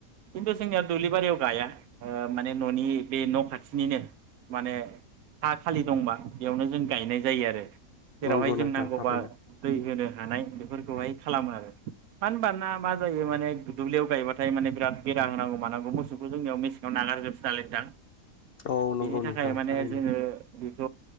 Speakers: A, on the right; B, on the left.
A: खिन्थु जोंना दुब्लि बारियाव गाया माने न'नि बे न' खाथिनिनो माने हा खालि दंबा बेयावनो जों गायनाय जायो आरो। जेरावहाय
B: नंगौ
A: जों
B: नोंथां
A: नांगौबा
B: थारैनो
A: दै होनो हानाय बेफोरखौहाय खालामो आरो। मानो ओनबा ना बा जायो माने दुब्लियाव गायबाथाय माने बिराद बेदा होनांगौ मानांगौ मोसुखौ जोंनियाव मेसिंङाव नागार जोबसि‌ नालाय नोंथां।
B: औ नंगौ
A: बिनि थाखाय
B: नोंथां
A: माने
B: थारैनो
A: जोंङो थ'